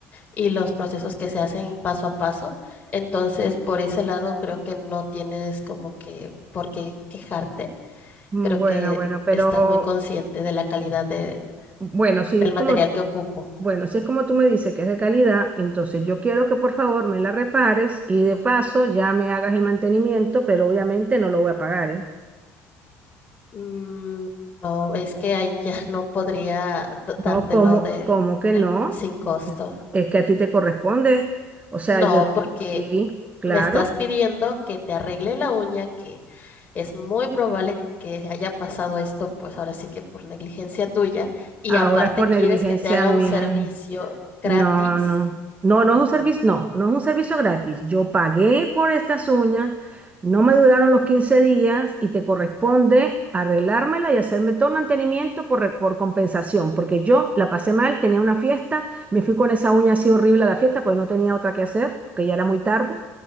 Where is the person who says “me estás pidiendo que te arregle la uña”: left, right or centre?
Left